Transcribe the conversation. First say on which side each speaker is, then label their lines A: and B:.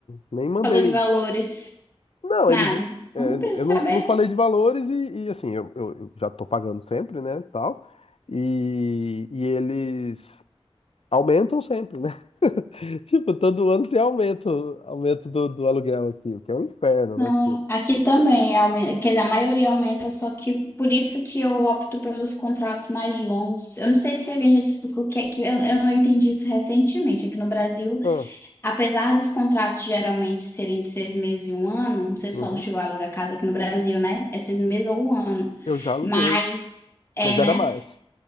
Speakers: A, on the left (about 70°); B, on the left (about 25°).
A: nem mandei.
B: Falou de valores.
A: Não,
B: Nada.
A: eles. é,
B: Não precisa
A: eu não,
B: saber.
A: não falei de valores e, e, assim, eu, eu eu já tô pagando sempre, né? Tal. E, e eles aumentam sempre, né? <laughs> Tipo, todo ano tem aumento, aumento do, do aluguel aqui, o que é um inferno,
B: Não,
A: né? Porque,
B: aqui também aumenta, quer dizer, a maioria aumenta, só que por isso que eu opto pelos contratos mais longos. Eu não sei se alguém já te explicou o que é que eu, eu não entendi isso recentemente. Aqui no Brasil,
A: ah,
B: apesar dos contratos geralmente serem de seis meses e um ano, não sei se
A: uhum,
B: o aluno chegou a alugar casa aqui no Brasil, né? É seis meses ou um ano.
A: eu já aluguei,
B: Mas, é,
A: mas era
B: né?
A: mais.